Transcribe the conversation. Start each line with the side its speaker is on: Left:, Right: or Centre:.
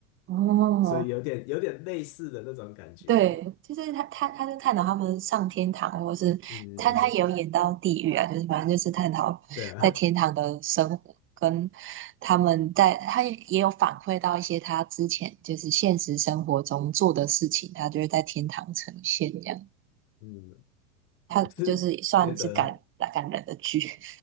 Right: 哦，
Left: 所以有点有点类似的那种感觉。
Right: 对，就是他，他，他就探讨他们上天堂，或是他，
Left: 嗯嗯嗯，
Right: 他也有演到地狱啊，就是反正就是探讨在天堂的生活，
Left: 对啊，
Right: 跟他们在，他也也有反馈到一些他之前就是现实生活中做的事情，他就会在天堂呈现这样，
Left: 嗯，
Right: 他就是算是感感人的剧，
Left: 我是觉得